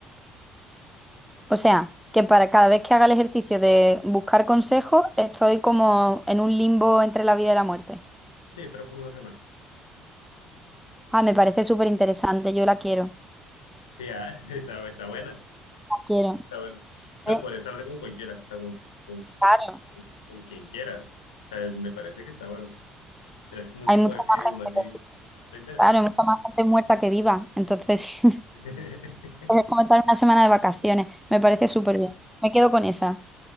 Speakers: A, in the centre; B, on the left.
A: O sea, que para cada vez que haga el ejercicio de buscar consejos, estoy como en un limbo entre la vida y la muerte.
B: Sí, pero por una semana.
A: Ah, me parece súper interesante, yo la quiero.
B: Sí, ah, <laughs> está, está buena,
A: La quiero.
B: está buena. O sea,
A: Sí,
B: podrías hablar con cualquiera, o sea, con, con,
A: claro.
B: con quien quieras. O sea, me parece que está bueno. Serás como un
A: Hay
B: tipo
A: mucha
B: de
A: más
B: medium
A: gente,
B: así. Está interesante.
A: claro, hay mucha más gente muerta que viva. Entonces, <laughs>
B: <laughs>
A: pues es como estar en una semana de vacaciones. Me parece súper bien. Me quedo con esa.